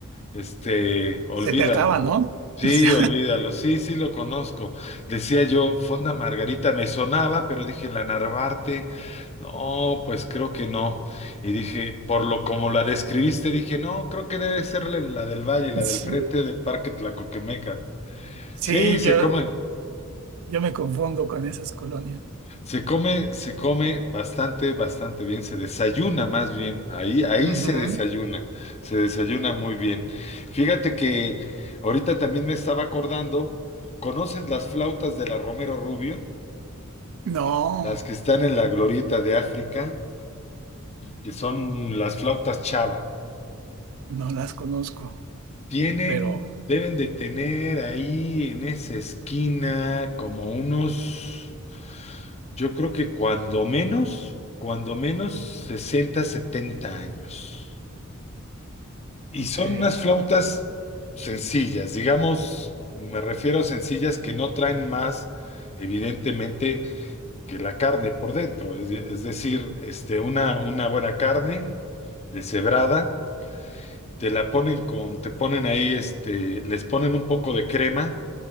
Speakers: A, on the left; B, on the right.
A: Este, olvídalo.
B: se te acaba, ¿no? <laughs>
A: Sí,
B: O sea,
A: olvídalo. Sí, sí lo conozco. Decía yo, Fonda Margarita me sonaba, pero dije la Narvarte. No, pues creo que no. Y dije, por lo como la describiste, dije, no, creo que debe ser la la del Valle, la
B: sí,
A: del frente del Parque Tlacoquemeca.
B: sí,
A: Sí, se
B: yo,
A: come.
B: yo me confundo con esas colonias.
A: Se come, se come bastante, bastante bien, se desayuna más bien, ahí, ahí
B: Ujú.
A: se desayuna, se desayuna muy bien. Fíjate que ahorita también me estaba acordando, ¿conoces las flautas de la Romero Rubio?
B: No.
A: Las que están en la glorieta de África, que son las flautas Chava.
B: No las conozco,
A: Tienen,
B: pero
A: deben de tener ahí en esa esquina como unos, yo creo que cuando menos, cuando menos 60, 70 años. Y
B: ok.
A: son unas flautas sencillas, digamos, me refiero a sencillas que no traen más, evidentemente, que la carne por dentro. Es, de- es decir, este, una, una buena carne deshebrada te la ponen con, te ponen ahí, este, les ponen un poco de crema